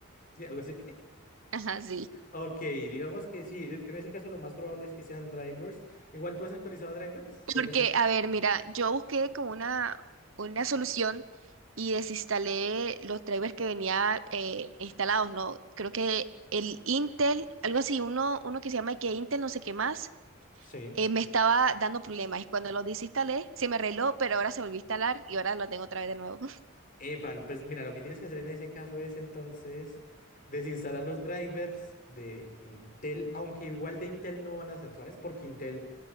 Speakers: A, on the left; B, on the right.
A: Sí, algo así. <laughs>
B: ajá, sí.
A: Ok, digamos que sí, en ese caso lo más probable es que sean drivers. Igual tú has actualizado drivers, por
B: Porque,
A: decirlo.
B: a ver, mira, yo busqué como una, una solución y desinstalé los drivers que venía eh, instalados, ¿no? Creo que el Intel, algo así, uno, uno que se llama que Intel no sé qué más,
A: Sí.
B: eh, me estaba dando problemas. Y cuando lo desinstalé, se me arregló, pero ahora se volvió a instalar y ahora lo tengo otra vez de nuevo. <laughs>
A: Epa, lo- pues mira, lo que tienes que hacer en ese caso es entonces desinstalar los drivers de Intel, aunque igual de Intel no van a ser, ¿sabes? Porque Intel,